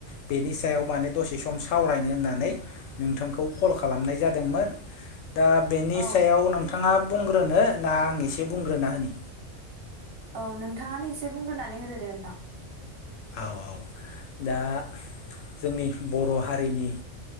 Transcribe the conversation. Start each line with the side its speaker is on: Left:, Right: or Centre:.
Left: बेनि सायाव माने दसे सम सावरायनो होननानै नोंथांखौ कल खालामनाय जादोंमोन। दा बेनि
Right: औ
Left: सायाव नोंथाङा बुंग्रोनो ना आं एसे बुंग्रोना होनि
Right: औ नोंथाङानो एसे बुंग्रोननानै होदो दे नोंथां।
Left: औ औ दा जोंनि बर' हारिनि